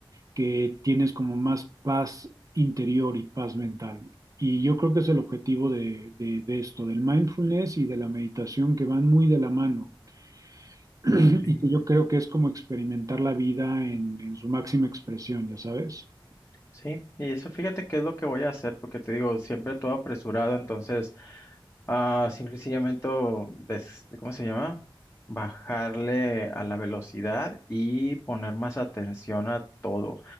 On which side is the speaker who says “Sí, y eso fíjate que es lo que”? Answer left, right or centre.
Left